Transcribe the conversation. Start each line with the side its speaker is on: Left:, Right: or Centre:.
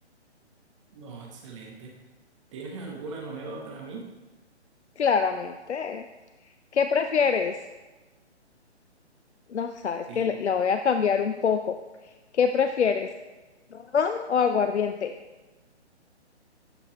Right: No, excelente. ¿Tienes alguna nueva para mí?
Left: Claramente, ¿qué prefieres? No, sabes
Right: Sí.
Left: que le- la voy a cambiar un poco. ¿Qué prefieres, ron o aguardiente?